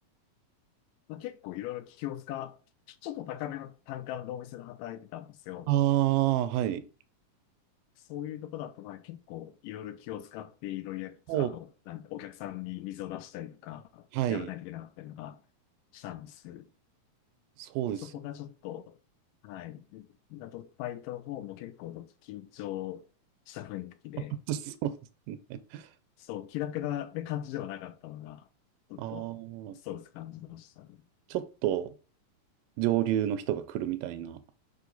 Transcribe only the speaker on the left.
まあ、結構いろいろ気を使う、ちょっと高めの単価のお店で働いてたんですよ。
そういうとこだと、まあ結構いろいろ気を使っていろいろや、
あの、なんてお客さんに水を出したりとか、
やらないといけなかったりとかしたんです。
そこがちょっと、はい。だと、ファイトの方も結構緊張した雰囲気で、
そう、気楽な感じではなかったのが、ちょっとストレス感じましたね。